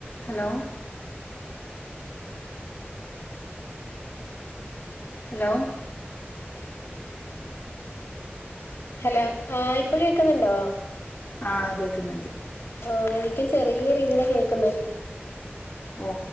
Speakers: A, on the left; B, on the left.
A: Hello hello
B: hello ആ ഇപ്പൊ കേൾക്കുന്നുണ്ടോ
A: ആ ആ കേൾക്കുന്നുണ്ട്
B: ആഹ എനിക്കും ചെറിയ രീതിയില കേൾക്കുന്ന
A: ഓ